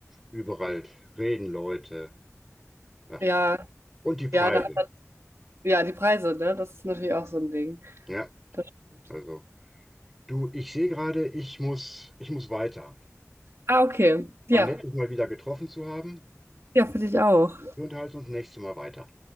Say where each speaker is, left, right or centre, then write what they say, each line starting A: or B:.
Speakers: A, in the centre; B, on the right (about 55°).
A: überall reden Leute. Ach,
B: ja,
A: und die Preise.
B: ja, da hat, ja, die Preise, ne? Das ist natürlich auch so ein Ding.
A: Ja,
B: Das stimmt.
A: also du, ich sehe gerade, ich muss, ich muss weiter.
B: Ah, okay. Ja.
A: War nett, dich mal wieder getroffen zu haben.
B: Ja, für dich auch.
A: Wir unterhalten uns nächstes Mal weiter.